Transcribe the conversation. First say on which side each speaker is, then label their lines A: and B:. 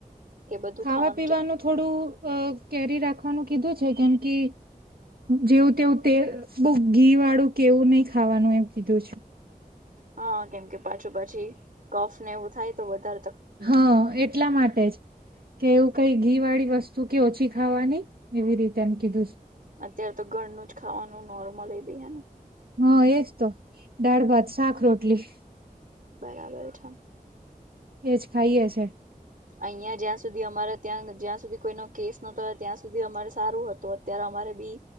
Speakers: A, on the right; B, on the right.
A: કે બધું
B: ખાવા-પીવાનું
A: ખાવાનું ચા
B: થોડું અ કેરી રાખવાનું કીધું છે કેમ કે જેવું તેવું તેલ બઉ ઘી વાળું કે એવું નઈ ખાવાનું એમ કીધું છે.
A: હન, કેમ કે પાછું પછી કફ ને એવું થાય તો વધાર
B: હન, એટલા માટે જ કેવું કઈ ઘી વાળી વસ્તુ કે ઓછી ખાવાની એવી રીતે એમ કીધું
A: અત્યારે તો ઘરનું જ ખાવાનું નોર્મલ એ બી હને
B: હા એજ તો દાળ, ભાત, સાક, રોટલી
A: બરાબર છે.
B: એજ ખાઈએ છે.
A: અહીયાં જ્યાં સુધી અમારે ત્યાં જ્યાં સુધી કોઈનો કેસ નતો ત્યાં સુધી અમારે સારું હતું અત્યારે અમારે બી